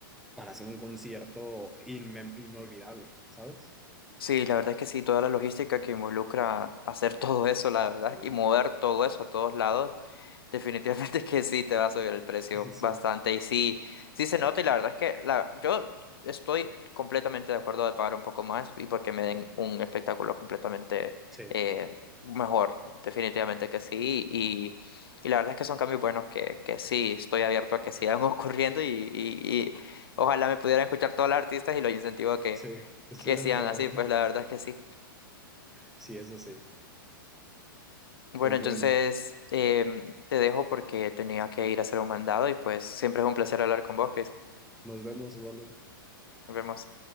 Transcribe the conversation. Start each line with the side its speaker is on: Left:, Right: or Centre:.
Centre: para hacer un concierto inme- inolvidable, ¿sabes?
Left: Sí, la verdad es que sí, toda la logística que involucra hacer todo eso, la verdad,
Centre: Sí,
Left: y mover todo eso a todos lados. Definitivamente <laughs> que sí, te va a subir el precio
Centre: <laughs> sí,
Left: bastante y sí, sí se nota y la verdad es que la, yo estoy completamente de acuerdo de pagar un poco más y porque me den un espectáculo completamente
Centre: sí,
Left: eh, mejor, definitivamente que sí y, y la verdad es que son cambios buenos que, que sí, estoy abierto a que sigan <laughs> ocurriendo y, y, y ojalá me pudieran escuchar todos los artistas y los incentivo a que,
Centre: sí, estoy
Left: que
Centre: de
Left: sigan
Centre: acuerdo.
Left: así,
Centre: <laughs>
Left: pues la verdad es que sí.
Centre: Sí, eso sí.
Left: Bueno,
Centre: Pues
Left: entonces
Centre: bueno,
Left: em, te dejo porque tenía que ir a hacer un mandado y pues siempre es un placer hablar con vos, Chris.
Centre: nos vemos, Osvaldo.
Left: Nos vemos.